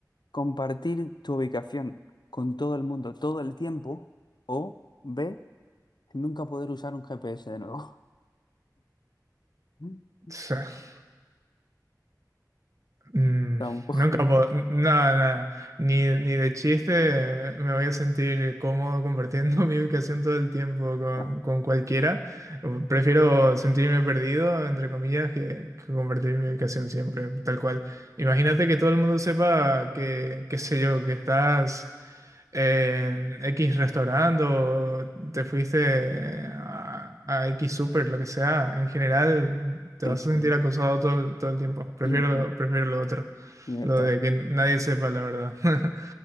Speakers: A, on the left; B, on the right.
A: ¿Compartir tu ubicación con todo el mundo todo el tiempo? O B, nunca poder usar un GPS de nuevo. <laughs>
B: <laughs> Mm,
A: Tampoco.
B: nunca puedo, nada, nada, ni, ni de chiste eh, me voy a sentir cómodo compartiendo <laughs> mi ubicación todo el tiempo con,
A: Ah,
B: con cualquiera. Prefiero sentirme perdido, entre comillas, que, que compartir mi ubicación siempre, tal cual. Imagínate que todo el mundo sepa que, qué sé yo, que estás en X restaurante o te fuiste a, a X super, lo que sea, en general te
A: sí,
B: vas
A: sí.
B: a sentir acosado todo, todo el tiempo. Prefiero,
A: Mm,
B: prefiero lo otro,
A: Libertad.
B: lo de que nadie sepa la verdad. <laughs>